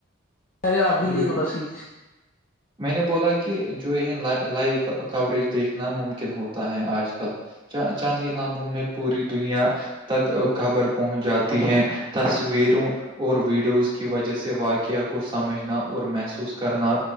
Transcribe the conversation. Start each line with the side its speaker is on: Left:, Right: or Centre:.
Left: کہہ رہے آپ ہیلیے
Right: بالکل
Left: تھوڑا سی
Right: <inaudible> میں نے بولا کہ جو یہ لائیو کوریج دیکھنا ممکن ہوتا ہے آج کل چانند ہی لمحوں میں پوری دنیا تک خبر پہنچ جاتی ہے تصویروں اور ویڈیوز کی وجہ سے واقعہ کو س سمجھنا اور محسوس کرنا